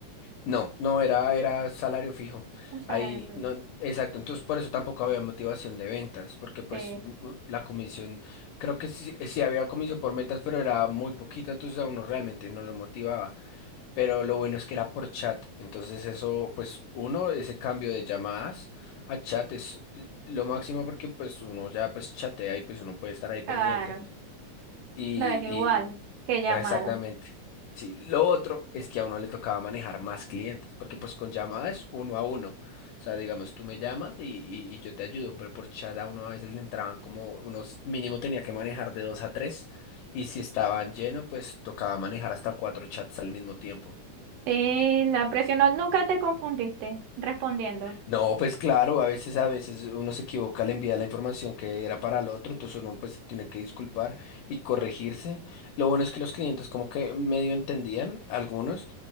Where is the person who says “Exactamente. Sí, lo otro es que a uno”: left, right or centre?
Left